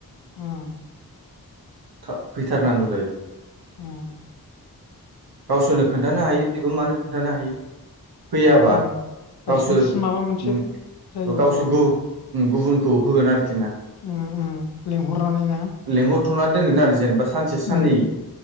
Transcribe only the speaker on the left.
ओम
उम
ओम
बायसान्स माबा मोनसे
जायोबा
आङो
ओम ओम लिंहरनानै ना
उम